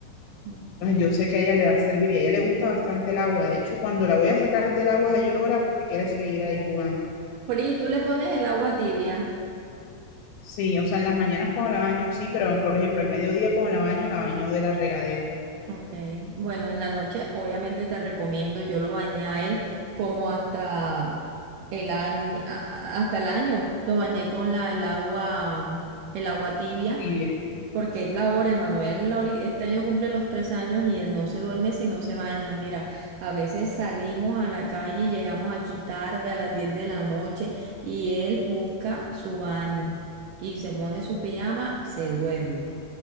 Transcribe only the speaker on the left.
Ah, yo sé que a ella le va a servir y a ella le gusta bastante el agua. De hecho, cuando la voy a sacar del agua, ella llora porque quiere seguir ahí jugando.
Sí, o sea, en las mañanas cuando la baño, sí, pero por ejemplo, al mediodía cuando la baño, la baño de la regadera
tibia.